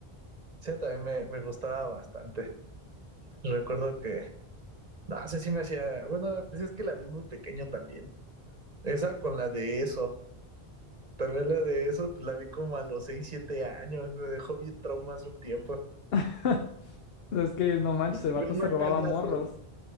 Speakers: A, on the right; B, on the left.
A: Sí, también me, me gustaba bastante. Recuerdo que, no sé si me hacía, bueno, pues es que la vi muy pequeño también. Esa con la de eso. También la de eso, pues la vi como a los 6 7 años, me dejó bien traumas un tiempo.
B: <laughs> Es que no manches, el
A: Veía
B: vato se robaba
A: payasos,
B: morros.